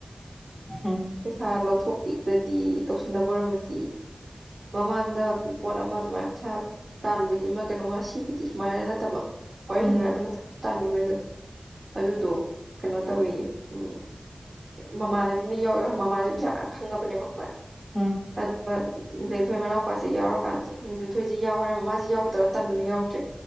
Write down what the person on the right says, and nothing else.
ꯄꯩꯁꯥ ꯂꯧꯊꯣꯛꯄꯤꯈ꯭ꯔꯗꯤ ꯇꯧꯁꯤꯟꯅꯕ ꯑꯣꯏꯔꯝꯃꯗꯤ ꯃꯃꯥꯡꯗ ꯄꯣꯠ ꯑꯃ ꯑꯗꯨꯃꯥꯏꯅ ꯄꯩꯁꯥ ꯇꯥꯟꯕꯒꯤ ꯑꯃ ꯀꯩꯅꯣꯃ ꯁꯤꯕꯨꯗꯤ ꯁꯨꯃꯥꯏꯅ ꯅꯠꯇꯕ ꯋꯥꯔꯤ
ꯁꯥꯟꯅꯔꯒ ꯅꯠ ꯇꯥꯟꯒꯤꯕꯩꯗꯣ ꯑꯗꯨꯗꯣ ꯀꯩꯅꯣ ꯇꯧꯋꯤꯌꯦ ꯎꯝ ꯃꯃꯥꯟꯅꯕꯤ ꯑꯃꯅ ꯌꯥꯎ ꯌꯥꯎ ꯃꯃꯥꯟꯅꯕꯤ ꯄꯩꯁꯥ ꯃꯌꯥꯝ ꯐꯪꯉꯕꯅꯦꯕ ꯈꯪꯕ꯭ꯔꯥ
ꯑꯗꯨꯒ ꯂꯦꯟꯊꯣꯏ ꯃꯅꯥꯎꯄꯥꯁꯦ ꯌꯥꯎꯔꯀꯥꯟꯗ ꯂꯤꯟꯊꯣꯏꯖꯤ ꯌꯥꯎ ꯍꯥꯏꯔꯝ ꯃꯥꯖꯤ ꯌꯥꯎꯒꯦ ꯇꯧꯔ ꯇꯟꯗꯅ ꯌꯥꯎꯗ꯭ꯔꯦ